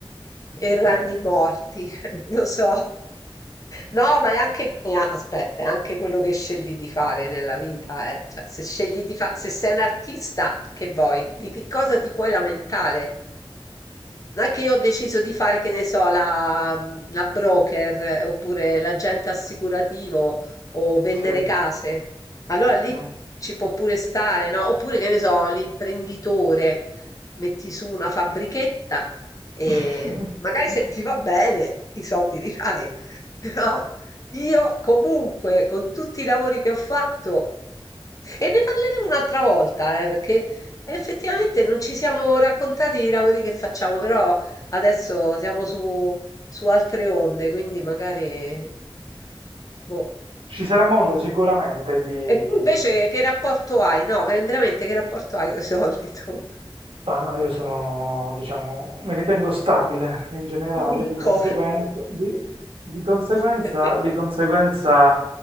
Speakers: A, on the left; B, on the right.
A: e
B: Okay.
A: ragni morti, <laughs> lo so. No, ma è anche, e a- aspetta, è anche quello che scegli di fare nella vita, eh. Cioè, se scegli di fa- se sei un artista, che vuoi? Di che cosa ti puoi lamentare? Non è che io ho deciso di fare, che ne so, la, la broker eh, oppure l'agente assicurativo o vendere
B: Sì,
A: case. Allora lì
B: mh.
A: ci può pure stare, no? Oppure, che ne so, l'imprenditore, metti su una fabbrichetta e
B: <laughs>
A: magari se ti va bene i soldi li fai. <laughs> Però io comunque, con tutti i lavori che ho fatto, e ne parleremo un'altra volta, eh, perché Effettivamente non ci siamo raccontati i lavori che facciamo, però adesso siamo su, su altre onde, quindi magari... boh.
B: Ci sarà modo sicuramente di,
A: E tu invece
B: di-
A: che rapporto hai? No, ver- veramente che rapporto hai con i soldi tu?
B: Ah, no, io sono, diciamo, mi ritengo stabile in generale,
A: Ricco.
B: di conseguenza, di, di conseguenza,
A: <laughs>
B: di conseguenza